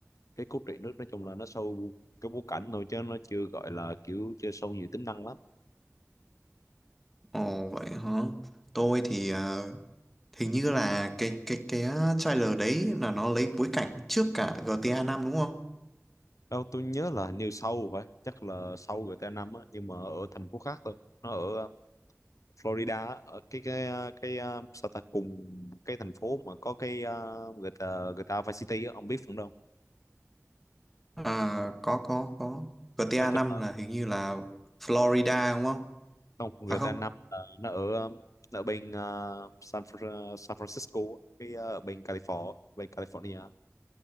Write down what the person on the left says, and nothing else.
cái cốt truyện nước nói chung là nó show cái bối cảnh thôi chứ nó chưa gọi là kiểu chưa show nhiều tính năng lắm
đâu tôi nhớ là hình như sâu phải chắc là sâu GTA 5 á nhưng mà ở thành phố khác thôi nó ở ờ, Florida á, ở cái cái ờ, cái ờ, sao ta cùng cái thành phố mà có cái ờ, GTA GTA Vice City á ông biết phần đâu
nói chung
là
không
GTA
5 là nó ở ờ, ở bên ờ, San Fr- ờ, San Francisco á, cái ờ, ở bên California bên California